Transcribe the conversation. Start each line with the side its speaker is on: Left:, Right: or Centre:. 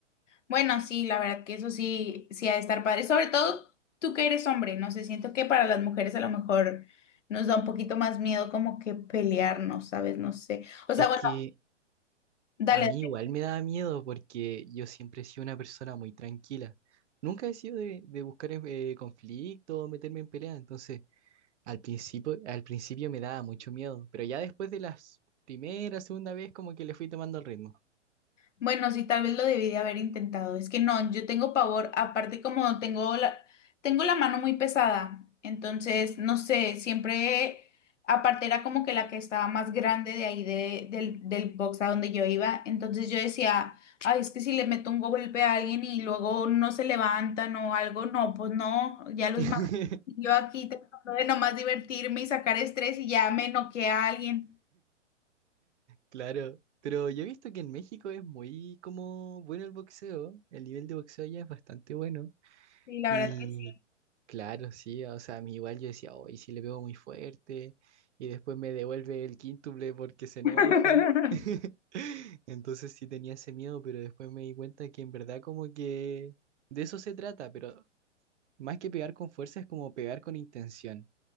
Left: Bueno, sí, la verdad que eso sí, sí ha de estar padre, sobre todo tú que eres hombre, no sé, siento que para las mujeres a lo mejor nos da un poquito más miedo como que pelearnos, ¿sabes? No sé. O sea,
Right: Es
Left: bueno,
Right: que
Left: dale.
Right: a mí igual me da miedo porque yo siempre he sido una persona muy tranquila. Nunca he sido de, de buscar eh, conflicto o meterme en pelea, entonces... Al principio, al principio me daba mucho miedo, pero ya después de las primera, segunda vez como que le fui tomando el ritmo.
Left: Bueno, sí, tal vez lo debí de haber intentado. Es que no, yo tengo pavor, aparte como tengo la, tengo la mano muy pesada, entonces, no sé, siempre, aparte era como que la que estaba más grande de ahí de- del, del box a donde yo iba, entonces yo decía, ay, es que si le meto un golpe a alguien y luego no se levantan o algo, no, pues no, ya los
Right: <laughs>
Left: mato. Yo aquí tratando de nomás divertirme y sacar estrés y ya me noqué a alguien.
Right: Claro, pero yo he visto que en México es muy como bueno el boxeo, el nivel de boxeo allá es bastante bueno.
Left: Sí, la
Right: Y
Left: verdad que sí.
Right: claro, sí, o sea, a mí igual yo decía, hoy y si le pego muy fuerte, y después me devuelve el quíntuple porque se enoja.
Left: <laughs>
Right: <laughs> Entonces sí tenía ese miedo, pero después me di cuenta que en verdad como que de eso se trata, pero Más que pegar con fuerza es como pegar con intención,